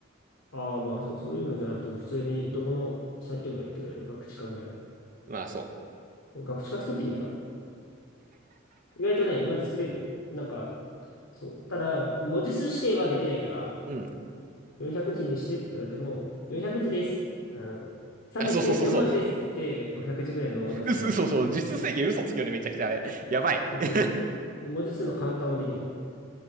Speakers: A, on the left (about 85°); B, on the right (about 40°).
A: ああ、まあそう、そういうのじゃなくても、普通にどこのサイトでもやってくれる。学知かぐらい。
B: <laughs> まあ、そ
A: 学習化作ってみたら。意外とね、まず作れるよ。なんか、そう。ただ、文字数指定はできないから、
B: う。うん。
A: 400字にしてって言われても、400字です。あの、394文字ですって言って、
B: あ、そうそうそうそう。
A: 500字ぐらいのオーダーされる。
B: 嘘、そうそう。実質制限嘘つくよね、めちゃくちゃあれ。やばい。
A: めっちゃすぐよ。
B: <laughs> い
A: で、文字数のカウンターもできない。っ